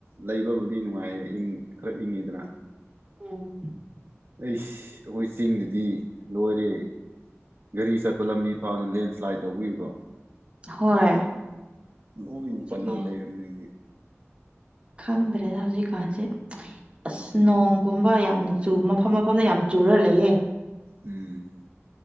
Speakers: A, on the right; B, on the right.
A: ꯂꯩꯕꯕꯨꯗꯤ ꯅꯨꯡꯉꯥꯏꯌꯦ ꯏꯪ ꯈꯔ ꯏꯪꯉꯤꯗꯅ
B: ꯎꯝ
A: ꯑꯩꯁ ꯑꯩꯒꫭꯏ ꯆꯤꯡꯗꯗꯤ ꯂꯣꯏꯔꯦ ꯒꯥꯔꯤ ꯆꯠꯄ ꯂꯝꯕꯤ ꯐꯅ ꯂꯦꯟꯁ꯭ꯂꯥꯏꯠ ꯇꯧꯕꯒꯤꯀꫭ
B: ꯍꯣꯏ
A: ꯂꫭꯏꯗ
B: ꯍꯧꯖꯤꯛꯀꯥꯟ
A: ꯄꯜꯂꯒ <unintelligible>
B: ꯈꯪꯗ꯭ꯔꯦꯗ ꯍꯧꯖꯤꯛꯀꯥꯟꯁꯦ ꯑꯁ ꯅꯣꯡ ꯀꯨꯨꯝꯕ ꯌꯥꯝꯅ ꯆꯨ ꯃꯐꯝ ꯃꯐꯝꯗ ꯌꯥꯝꯅ ꯆꯨꯔ ꯂꯩꯌꯦ
A: ꯎꯝ